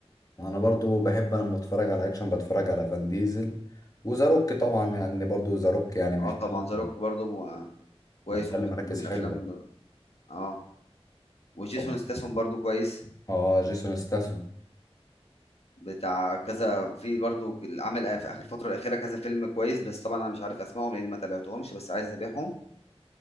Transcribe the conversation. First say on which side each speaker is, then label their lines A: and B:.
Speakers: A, on the left (about 35°); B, on the left (about 65°).
A: انا برضو بحب لما اتفرج على اكشن بتفرج على فان ديزل وزاروك طبعا
B: مم.
A: يعني برضو زاروك يعني محتل
B: اه طبعا ذا روك برضه مو- كويس
A: محتل
B: ومحت...
A: مراكز
B: من الأفلام
A: حلوة
B: ب- اه وجيسون
A: طبعا
B: ستاثام برضه كويس
A: اه جيسون ستاثام
B: بتاع كذا في برضو عامل في اخر الفتره الاخيره كذا فيلم كويس بس طبعا انا مش عارف اسمائهم لاني ما تابعتهمش بس عايز اتابعهم